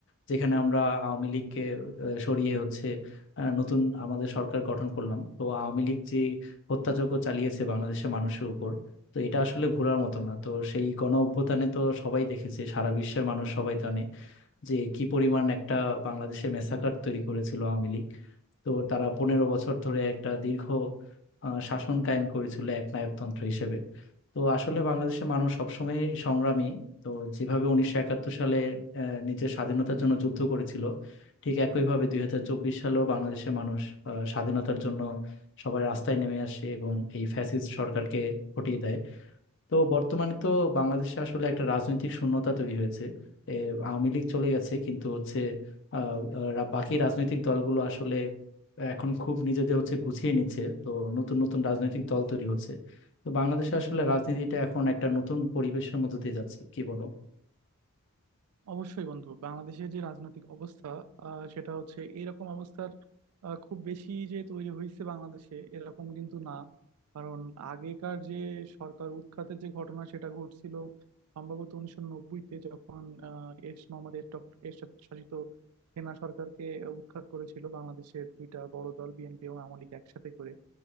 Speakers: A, on the left; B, on the right.
A: যেখানে আমরা আওয়ামী লীগকে আহ, সরিয়ে হচ্ছে আহ, নতুন আমাদের সরকার গঠন করলাম তো আওয়ামী লীগ যে হত্যাযজ্ঞ চালিয়েছে বাংলাদেশের মানুষের উপর তো এটা আসলে ভোলার মতো না তো সেই গণ অভ্যুত্থানে তো সবাই দেখেছে সারা বিশ্বের মানুষ সবাই জানে যে কি পরিমাণ একটা বাংলাদেশে মেসাকার তৈরি করেছিল আওয়ামী লীগ তো তারা পনেরো বছর ধরে একটা দীর্ঘ আহ, শাসন কায়েম করেছিল একনায়কতন্ত্র হিসেবে তো আসলে বাংলাদেশের মানুষ সবসময় সংগ্রামী তো যেভাবে উনিশশো একাত্তর সালে আহ, নিজের স্বাধীনতার জন্য যুদ্ধ করেছিল ঠিক একইভাবে দুই হাজার চব্বিশ সালেও বাংলাদেশের মানুষ আহ, স্বাধীনতার জন্য সবাই রাস্তায় নেমে আসে এবং এই ফ্যাসিস্ট সরকারকে হটিয়ে দেয় তো বর্তমানে তো বাংলাদেশে আসলে একটা রাজনৈতিক শূন্যতা তৈরি হয়েছে এ, আওয়ামী লীগ চলে গেছে কিন্তু হচ্ছে আহ, আহ, বাকি রাজনৈতিক দলগুলো আসলে এখন খুব নিজেদের হচ্ছে গুছিয়ে নিচ্ছে তো নতুন নতুন রাজনৈতিক দল তৈরি হচ্ছে তো বাংলাদেশে আসলে রাজনীতিটা এখন একটা নতুন পরিবেশের মধ্যে দিয়ে যাচ্ছে কি বলো
B: অবশ্যই বন্ধু বাংলাদেশের যে রাজনৈতিক অবস্থা আহ, সেটা হচ্ছে এরকম অবস্থার আহ, খুব বেশি যে তৈরি হয়েছে বাংলাদেশে এরকম কিন্তু না কারণ আগেকার যে সরকার উৎখাতের যে ঘটনা সেটা ঘটছিল সম্ভবত উনিশশো নব্বইতে যখন আহ, এরশ মোহাম্মদ এরটক- এরশাদ শাসিত সেনা সরকারকে উৎখাত করেছিল বাংলাদেশের দুইটা বড় দল বিএনপি এবং আওয়ামী লীগ একসাথে করে